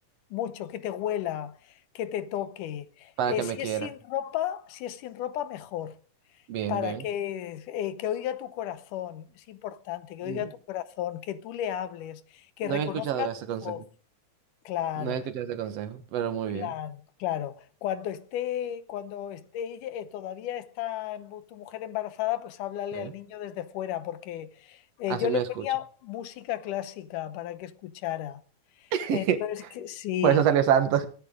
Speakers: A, on the left (about 85°); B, on the right (about 60°).
A: mucho, que te huela, que te toque.
B: Para
A: Eh,
B: que
A: si
B: me quiera.
A: es sin ropa, si es sin ropa, mejor,
B: Bien,
A: para
B: bien.
A: que, eh, que oiga tu corazón, es importante, que
B: Mm,
A: oiga tu corazón, que tú le hables, que
B: No
A: reconozca
B: había escuchado ese
A: tu
B: consejo.
A: voz, claro.
B: No había escuchado ese consejo, pero muy
A: Claro,
B: bien.
A: claro. Cuando esté, cuando esté ella- eh, todavía está embu- tu mujer embarazada, pues háblale
B: sí.
A: al niño desde fuera, porque eh,
B: Así
A: yo
B: me
A: le ponía
B: escucho.
A: música clásica para que escuchara.
B: <laughs>
A: Pero es que sí.
B: Por eso salió santo.